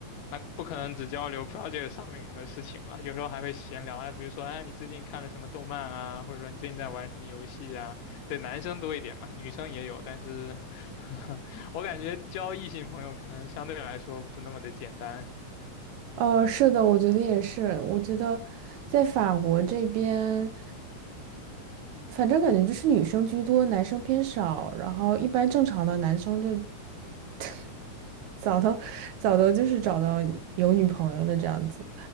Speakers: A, on the left; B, on the right.
A: 那不可能只交流 project 上面的事情吧，有时候还会闲聊，哎，比如说，哎，你最近看了什么动漫啊，或者说你最近在玩什么游戏啊？对，男生多一点嘛，女生也有，但是 <laughs> 我感觉交异性朋友可能相对来说不那么的简单。
B: 呃，是的，我觉得也是。我觉得在法国这边，反正感觉就是女生居多，男生偏少。然后一般正常的男生就 <laughs> 早都早都就是找到有女朋友了这样子。